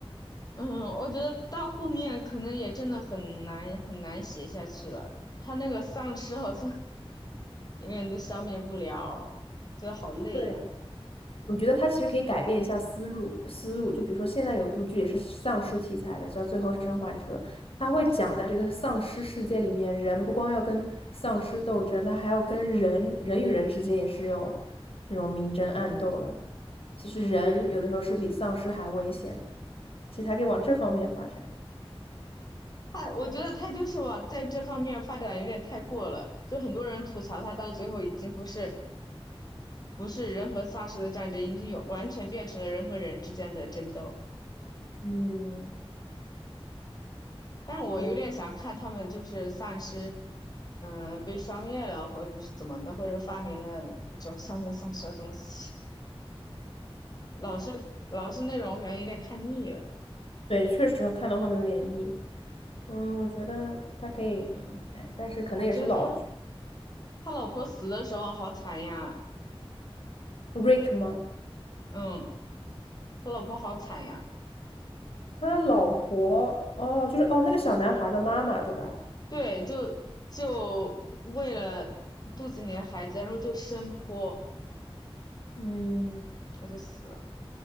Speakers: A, on the left; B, on the left.
A: 嗯，我觉得到后面可能也真的很难很难写下去了。他那个丧尸好像 <laughs> 永远都消灭不了，觉得好累呀、
B: 对。我觉得它其实可以改变一下思路，思路就比如说现在有一部剧也是丧尸题材的，叫《最后生还者》，它会讲在这个丧尸世界里面，人不光要跟丧尸斗争，他还要跟人人与人之间也是有这种明争暗斗的。其实人有的时候是比丧尸还危险的，其实还可以往这方面发展。
A: 他我觉得他就是往在这方面发展有点太过了，就很多人吐槽他到最后已经不是不是人和丧尸的战争，已经有完全变成了人和人之间的争斗。
B: 嗯，
A: 但是我有点想看他们就是丧尸，
B: 对
A: 嗯、被消灭了，或者是怎么的，或者发明了一种消灭丧尸的东西。老是老是那种，我感觉有点看腻了。
B: 对，确实看到后面有点腻。嗯，我觉得它可以，嗯，哎，但是可能也是老
A: 我觉得他他老婆死的时候好惨呀，
B: Rick 吗？
A: 嗯，他老婆好惨呀，
B: 他老婆哦，就是哦那个小男孩儿的妈妈对吧？
A: 对，就就为了肚子里的孩子，然后就生泼，
B: 嗯，
A: 我就死了。